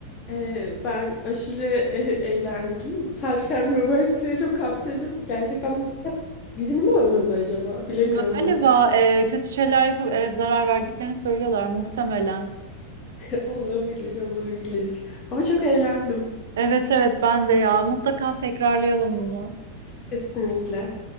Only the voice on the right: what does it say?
Galiba
e, kötü şeyler yapıp evet zarar verdiklerini söylüyorlar muhtemelen.
Evet evet ben de ya mutlaka tekrarlayalım bunu.